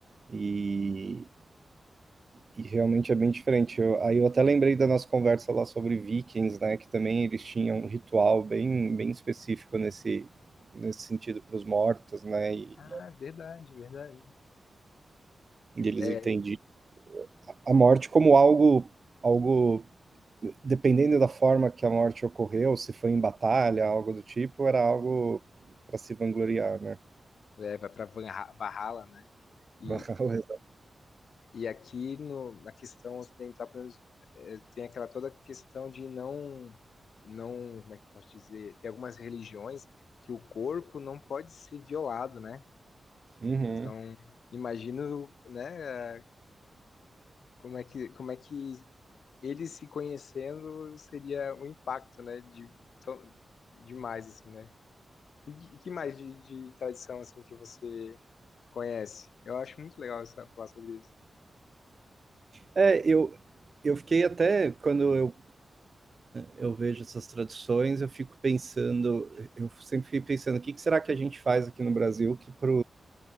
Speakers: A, on the right; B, on the left.
A: e, e realmente é bem diferente. Eu- aí eu até lembrei da nossa conversa lá sobre vikings, né, que também eles tinham um ritual bem, bem específico nesse, nesse sentido para os mortos, né, e,
B: Ah, verdade, verdade.
A: e eles
B: É,
A: entendiam a morte como algo, algo dependendo da forma que a morte ocorreu, se foi em batalha, algo do tipo, era algo para se vangloriar, né?
B: é vai para Valhalla, né? E,
A: <laughs>
B: e aqui no, na questão ocidental, pelo menos, é, tem aquela toda questão de não, não, como é que eu posso dizer? Tem algumas religiões que o corpo não pode ser violado, né?
A: Uhum.
B: Então, imagino, né, como é que, como é que eles se conhecendo seria o impacto, né, de, tão- demais, assim, né? E que que mais de, de tradição, assim, que você Conhece? Eu acho muito legal você falar sobre isso.
A: É, eu, eu fiquei até, quando eu, eu vejo essas traduções, eu fico pensando, eu sempre fiquei pensando, o que, que será que a gente faz aqui no Brasil que para